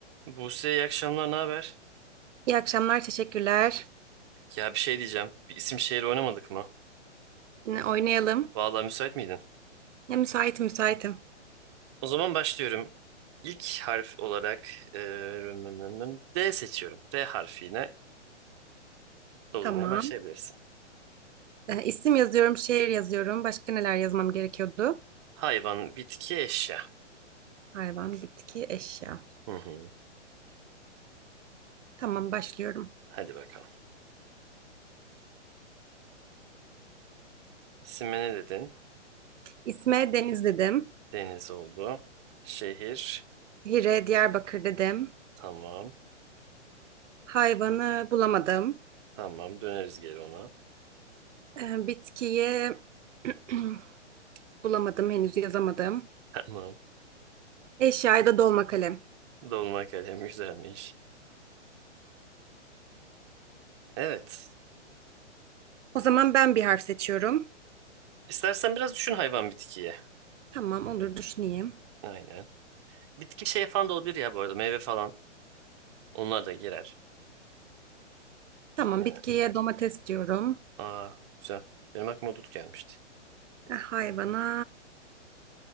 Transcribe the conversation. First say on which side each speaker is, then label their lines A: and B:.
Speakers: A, on the right; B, on the right.
A: Buse iyi akşamlar, ne haber?
B: İyi akşamlar, teşekkürler.
A: Ya bir şey diyeceğim. Bir isim şehir oynamadık mı?
B: Yine Oynayalım.
A: Vallahi müsait miydin?
B: Ya müsaitim, müsaitim.
A: O zaman başlıyorum. İlk harf olarak eee, rım rım rım, rım, D seçiyorum. D harfiyle doldurmaya
B: Tamam.
A: başlayabilirsin.
B: Ee, isim yazıyorum, şehir yazıyorum. Başka neler yazmam gerekiyordu?
A: Hayvan, bitki, eşya.
B: Hayvan, bitki, eşya.
A: Hı hı.
B: Tamam, başlıyorum.
A: Hadi bakalım. İsmi ne dedin?
B: İsme Deniz dedim.
A: Deniz oldu. Şehir.
B: Hire, Diyarbakır dedim.
A: Tamam.
B: Hayvanı bulamadım.
A: Tamam. Döneriz geri ona. <laughs>
B: Ee, bitkiyi <clears throat> bulamadım, henüz yazamadım.
A: Tamam.
B: Eşyayı da dolma kalem.
A: Dolma kalem güzelmiş. Evet.
B: O zaman ben bir harf seçiyorum.
A: İstersen biraz düşün hayvan bitkiye.
B: Tamam, olur düşüneyim.
A: Aynen. Bitki şey falan da olabilir ya bu arada. Meyve falan. Onlar da girer.
B: Tamam,
A: Yine.
B: bitkiye domates diyorum.
A: Aa güzel. Benim aklıma dut gelmişti.
B: E, Hayvana